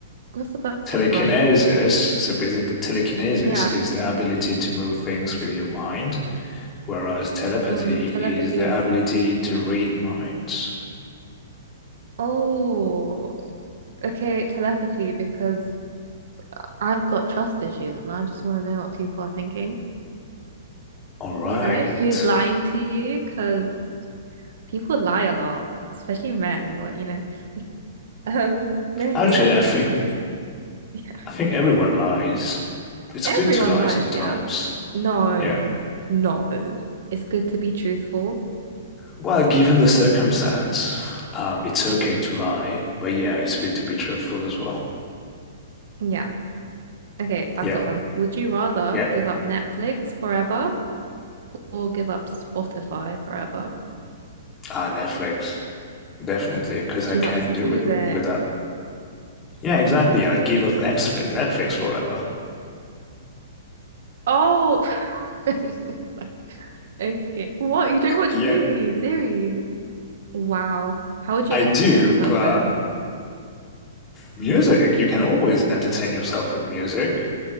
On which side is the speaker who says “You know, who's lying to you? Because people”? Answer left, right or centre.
Right